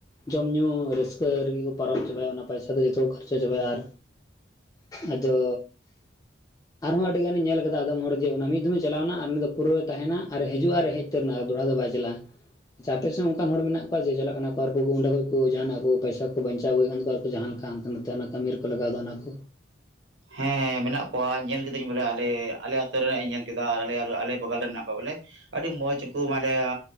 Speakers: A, on the left; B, on the right.
A: ᱡᱚᱢ ᱧᱩ ᱨᱟᱹᱥᱠᱟᱹ ᱨᱮᱜᱮ ᱠᱚ ᱯᱟᱨᱚᱢ ᱪᱟᱵᱟᱭᱟ ᱚᱱᱟ ᱯᱟᱭᱥᱟ ᱫᱚ ᱡᱚᱛᱚ ᱠᱚ ᱠᱷᱚᱨᱪᱟ ᱪᱟᱵᱟᱭᱟ ᱟᱨ ᱟᱫᱚ ᱟᱨᱦᱚᱸ ᱟᱹᱰᱤ ᱜᱟᱱᱤᱧ ᱧᱮᱞ ᱠᱟᱫᱟ ᱟᱫᱚᱢ ᱦᱚᱲ ᱡᱮ ᱚᱱᱮ ᱢᱤᱫ ᱫᱷᱚᱢ ᱮ ᱪᱟᱞᱟᱣ ᱮᱱᱟ ᱟᱨ ᱩᱱᱤ ᱫᱚ ᱯᱩᱨᱟᱹ ᱛᱟᱦᱮᱱᱟ ᱟᱨ ᱦᱤᱡᱩᱜ ᱟᱨ ᱦᱮᱡ <inaudible> ᱫᱚᱲᱦᱟ ᱫᱚ ᱵᱟᱭ ᱪᱟᱞᱟᱜ-ᱟ ᱟᱯᱮ ᱥᱮ ᱚᱱᱠᱟᱱ ᱦᱚᱲ ᱢᱮᱱᱟᱜ ᱠᱚᱣᱟ ᱡᱮ ᱪᱟᱞᱟᱜ ᱠᱟᱱᱟ ᱠᱚ ᱟᱨᱠᱚ <unintelligible> ᱠᱚ ᱡᱟᱦᱟᱱᱟᱜ ᱠᱚ ᱯᱟᱭᱥᱟ ᱠᱚ ᱵᱟᱧᱪᱟᱣ ᱟᱹᱜᱩᱭᱮᱫ ᱠᱟᱱ ᱛᱟᱠᱚᱣᱟ ᱟᱨᱠᱚ ᱡᱟᱦ ᱞᱮᱠᱟᱱ ᱱᱚᱛᱮ ᱚᱱᱟ ᱠᱟᱹᱢᱤ ᱨᱮᱠᱚ ᱞᱟᱜᱟᱣ ᱫᱟ ᱚᱱᱟ ᱠᱚ
B: ᱦᱮᱸ ᱢᱮᱱᱟᱜ ᱠᱚᱣᱟ ᱧᱮᱞ ᱠᱤᱫᱟᱹᱧ ᱵᱚᱞᱮ ᱟᱞᱮ ᱟᱞᱮ ᱟᱛᱳ ᱨᱮᱱᱟᱜ ᱤᱧ ᱧᱮᱞ ᱠᱮᱫᱟ ᱟᱞᱮ ᱵᱟᱜᱟᱞ ᱨᱮ ᱢᱮᱱᱟᱜ ᱠᱚᱣᱟ ᱵᱚᱞᱮ ᱟᱹᱰᱤ ᱢᱚᱸᱡᱽ ᱠᱚ ᱢᱟᱞᱮᱭᱟ